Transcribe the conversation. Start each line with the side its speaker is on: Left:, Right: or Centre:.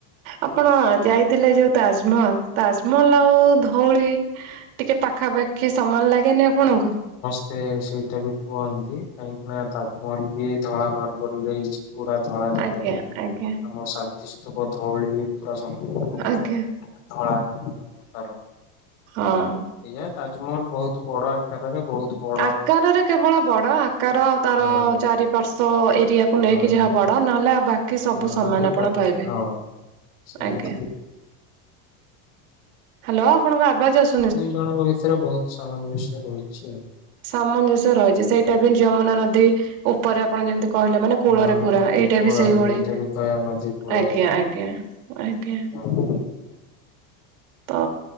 Right: ଆପଣ ଯାଇଥିଲେ ଯୋଉ ତାଜମହଲ ତାଜମହଲ ଆଉ ଧଉଳି ଟିକେ ପାଖାପାଖି ସମାନ ଲାଗେନି ଆପଣଙ୍କୁ।
Left: ସେ ସେଇଟା ବି କୁହନ୍ତି କାହିଁକିନା ତାଜମହଲ ବି ଧଳା ମାର୍ବଲରେ ହେଇଛି। ପୁରା ଧଳା ଦେଖାଯାଏ
Right: ଆଜ୍ଞା ଆଜ୍ଞା
Left: ଆମ ଶାନ୍ତି ସ୍ତୂପ ଧଉଳି ପୂରା ସମ୍ପୁର୍ଣ୍ଣ
Right: ଆଜ୍ଞା
Left: ଧଳା ପଥର।
Right: ହଁ।
Left: ଏଇଆା ତାଜମହଲ ବହୁତ ବଡ ଆକାରରେ ବହୁତ ବଡ
Right: ଆକାରରେ କେବଳ ବଡ ଆକାର ଆଉ ତାର
Left: ହଁ
Right: ଚାରିପାର୍ଶ ଏରିଆକୁ ନେଇକି
Left: ହଁ
Right: ଯାହା ବଡ। ତ ନହେଲେ ଆଉ ବାକି ସବୁ
Left: ନହେଲେ
Right: ସମାନ ଆପଣ
Left: ବାକି
Right: ପାଇବେ
Left: ହଁ ସେମିତି
Right: ଆଜ୍ଞା। ହ୍ୟାଲୋ ଆପଣଙ୍କ ଆବାଜ ଆଶ୍
Left: ଦୁଇ ଜଣଙ୍କ ଭିତରେ ବହୁତ ସାମଞ୍ଜସ୍ୟ ରହିଛି।
Right: ସାମଞ୍ଜସ୍ୟ ରହିଛି ସେଇଟା ବି ଯମୁନା ନଦୀ ଉପରେ ଆପଣ ଯେମିତି। କହିଲେ ମାନେ କୂଳରେ
Left: ହଁ
Right: ପୁରା ଏଇଟା
Left: କୂଳରେ
Right: ବି ସେଇଭଳି
Left: ଏଇଟା ବି ଦୟା ନଦୀ କୂଳରେ
Right: ଆଜ୍ଞା ଆଜ୍ଞା। ଆଜ୍ଞା।
Left: ହଁ।
Right: ତ